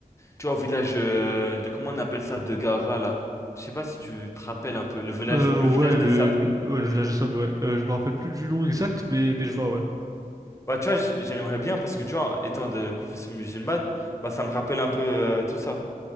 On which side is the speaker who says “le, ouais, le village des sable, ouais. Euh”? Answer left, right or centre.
Right